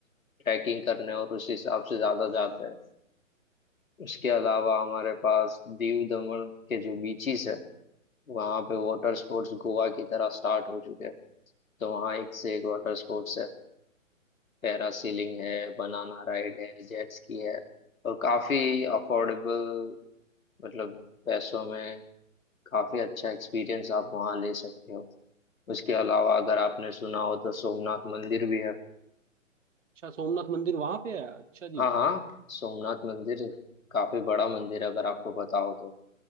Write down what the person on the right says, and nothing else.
ओके
अच्छा सोमनाथ मंदिर वहां पे है अच्छा
जी